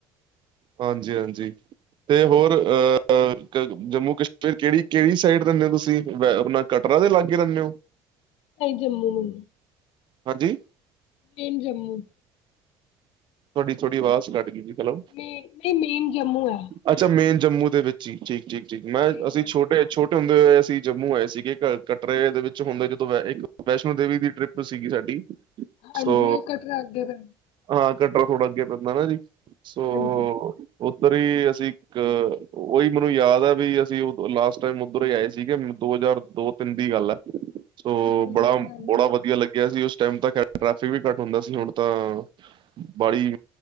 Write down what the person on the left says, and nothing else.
ਨਹੀਂ ਜੰਮੂ ਨੂੰ,
ਟੇਨ ਜੰਮੂ।
ਮੇ ਨਹੀਂ ਮੇਨ ਜੰਮੂ ਐ।
ਜੀ
ਜੀ
ਜੀ।
ਹਾਂਜੀ
ਉਹ ਕਟਰਾ ਅੱਗੇ ਜ
ਹਾਂਜੀ
ਬੜੀ
ਪੁਰਾਣੀ
ਸੀ,